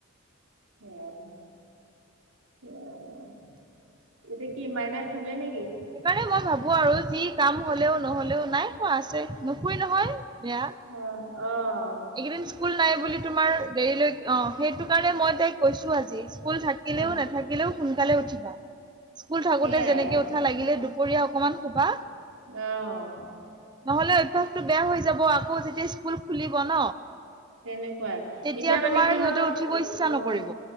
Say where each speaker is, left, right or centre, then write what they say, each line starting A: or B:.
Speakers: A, on the right; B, on the right.
A: উম। অ' এতিয়া কি মাইনা শুলে নেকি?
B: সেইকাৰণে মই ভাবো আৰু যি কাম হলেও নহলেও নাই শুৱা আছে নুশুয়ে নহয়। বেয়া।
A: অ অহ
B: এইকেইদিন স্কুল নাই বুলি তোমাৰ দেৰিলৈ অ, সেইটো কাৰণে মই তাইক কৈছো আজি স্কুল থাক। থাকিলেও
A: অ
B: নাথাকিলেও সোনকালে উঠিবা, স্কুল থাকোতে
A: সেইয়াই
B: যেনেকে উঠা লাগিলে দুপৰীয়া। অকমান শুবা।
A: আহ।
B: নহলে অভ্যাসটো বেয়া হৈ যাব আকৌ যেতিয়া স্কুল খুলিব ন।
A: তেনেকুৱাই
B: তেতিয়া
A: এতিয়া মানে
B: তোমাৰ
A: কি
B: সিহঁতে
A: হ'ল
B: উঠিব ইচ্ছা
A: অ
B: নকৰিব